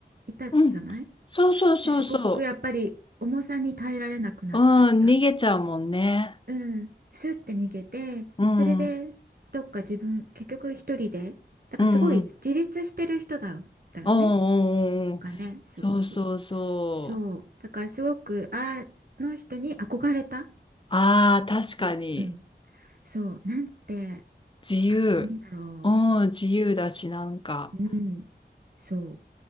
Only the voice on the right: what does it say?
いたじゃない
ですごくやっぱり重さに耐えられなくなっちゃった。
うん、スッて逃げてそれでどっか自分結局一人でだからすごい自立してる人だよ、
だよね。
がねすごく
そうだからすごくあの人に憧れた。
じゅうん、そうなんて
かっこいいんだろ
う。うん、そう